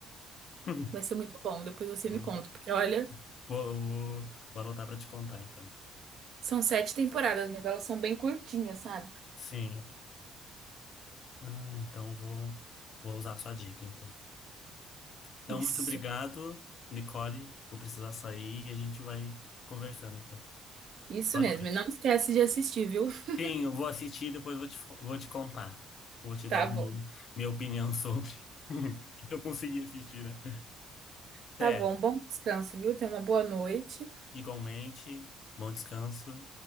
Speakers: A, on the left (about 55°); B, on the right (about 65°).
A: <laughs>
B: Vai ser muito bom, depois você
A: Hum.
B: me conta, porque olha,
A: Vou, vou, vou anotar para te contar, então.
B: são sete temporadas, mas elas são bem curtinhas, sabe?
A: Sim. Ah, então vou, vou usar a sua dica, então. Então,
B: Isso,
A: muito obrigado, Nicole. Vou precisar sair e a gente vai conversando, então.
B: isso
A: Boa
B: mesmo.
A: noite.
B: E não esquece de assistir, viu? <laughs>
A: Sim, eu vou assistir e depois vou te, fo- vou te contar. Vou te
B: Tá
A: dar
B: bom.
A: meu, minha opinião sobre. <laughs> Se eu conseguir assistir, né?
B: Tá
A: Até.
B: bom, bom descanso, viu? Tenha uma boa noite.
A: Igualmente, bom descanso.